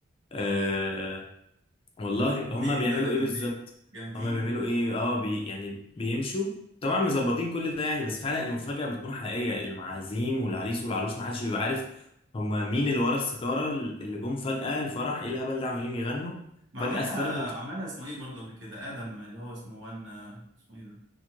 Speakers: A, on the left; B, on the right.
A: أه والله
B: جامدين
A: هما بيعملوا
B: لا ده جامدين
A: ايه بالظبط
B: جامدين
A: هما بيعملوا ايه اه بي يعني بيمشوا طبعا مظبطين كل ده يعني بس فعلا المفاجاه بتكون حقيقيه المعازيم والعريس والعروس ما حدش بيبقى عارف هما مين اللي ورا الستاره اللي جم فجاه الفرح ايه الهبل ده عمالين يغنوا
B: ما
A: فجاه
B: عملها
A: الستاره
B: عملها اسمه ايه برضه قبل كده ادم اللي هو اسمه وان اسمه ايه ده